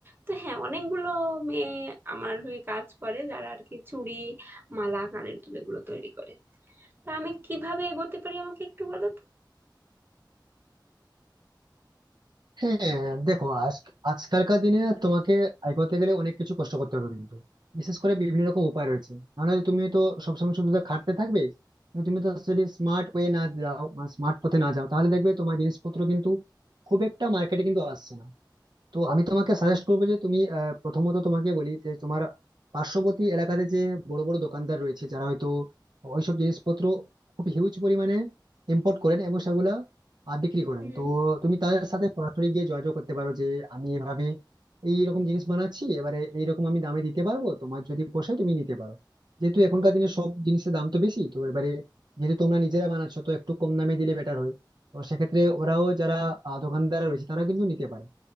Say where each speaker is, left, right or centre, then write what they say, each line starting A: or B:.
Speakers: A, on the right; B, on the right.
A: তো হ্যাঁ অনেকগুলো মেয়ে আমার হয়ে কাজ করে যারা আর কি চুড়ি মালা কানের দুল এগুলো তৈরি করে তা আমি কিভাবে এগোতে পারি আমাকে একটু বলো তো
B: হ্যাঁ দেখো আজ আজকালকার দিনে তোমাকে আয় করতে গেলে অনেক কিছু কষ্ট করতে হবে কিন্তু বিশেষ করে বিভিন্ন রকম উপায় রয়েছে নাহলে তুমি তো সবসময় শুধু তো খাটতে থাকবে কিন্তু তুমি তো যদি স্মার্ট ওয়ে না যাও মানে স্মার্ট পথে না যাও তাহলে দেখবে তোমার জিনিসপত্র কিন্তু খুব একটা মার্কেটে কিন্তু আসছে না তো আমি তোমাকে সাজেস্ট করবো যে তুমি আহ, প্রথমত তোমাকে বলি যে তোমার পার্শ্ববর্তী এলাকাতে যে বড় বড় দোকানদার রয়েছে যারা হয়তো ওইসব জিনিসপত্র খুব হিউজ পরিমাণে ইম্পোর্ট করেন এবং সেগুলা আহ, বিক্রি করেন
A: হুম
B: তো তুমি তাদের সাথে সরাসরি গিয়ে যোগাযোগ করতে পারো যে আমি এভাবে এইরকম জিনিস বানাচ্ছি এবারে এইরকম আমি দামে দিতে পারবো তোমার যদি পোষায় তুমি নিতে পারো যেহেতু এখনকার দিনে সব জিনিসের দাম তো বেশি তো এবারে যেহেতু তোমরা নিজেরা বানাচ্ছো তো একটু কম দামে দিলে বেটার হয় তো সেক্ষেত্রে ওরাও যারা আহ, দোকানদার রয়েছে তারা কিন্তু নিতে পারে